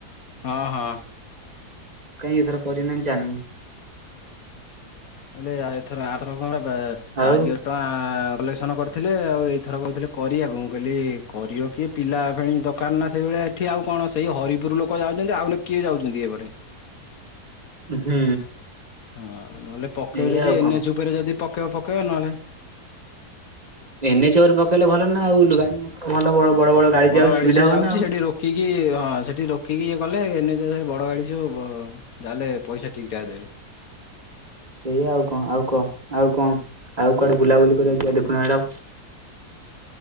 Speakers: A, on the left; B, on the right.
A: ହଁ ହଁ।
B: କାଇଁ ଏଇଥର କରିନି ଜାଣିନି।
A: ମାନେ ଆ ଏଥର ଆଥର କଣ ନବା ଚାରି
B: ଆଉ
A: ଟଙ୍କା କଲେକ୍ସନ କରିଥିଲେ ଆଉ ଏଇଥର କହୁଥିଲେ କରିବାକୁ ମୁଁ କହିଲି କରିବ କିଏ? ପିଲା ଫେଣି ଦରକାର ନା ସେଇଭଳିଆ ଏଠି ଆଉ କଣ ସେଇ ହରିପୁର ଲୋକ ଯାଉଛନ୍ତି ଆଉ ବୋଲେ କିଏ ଯାଉଛନ୍ତି ଏପଟେ?
B: ହୁଁ।
A: ହଁ ନହେଲେ ପକେଇବ
B: ଏଇଆ
A: ଯଦି
B: ଆଉ
A: ଏନ୍ଏଚ୍
B: କଣ
A: ଉପରେ ଯଦି ପକେଇବ ପକେଇବ ନହଲେ
B: ଏନ୍‌ଏଚ୍‌ ଉପରେ ପକେଇଲେ ଭଲ ନା ଆଉ ଗାଡି ମଟର ଭଲ ବଡ
A: ବଡ
B: ଯାଉ
A: ଗାଡି
B: ସୁବିଧା
A: ସହ
B: ହବ
A: ଯାଉଛି
B: ନା ଆଉ
A: ସେଠି ର ରଖିକି ହଁ ସେଠି ରୋକିକି ଇଏ କଲେ ଏନ୍‌ଏଚ୍ ସେ ବଡ ଗାଡି ସବୁ ହଁ ଯାହାହେଲେ ପଇସା ଠିକ୍ ଠାକ୍ ଦେବେ।
B: ଏଇଆ ଆଉ କଣ ଆଉ କ ଆଉ କଣ ଆଉ କୁଆଡେ ବୁଲାବୁଲି କରିବାକୁ ଯିଆ ଦେଖୁନ ଆଡ଼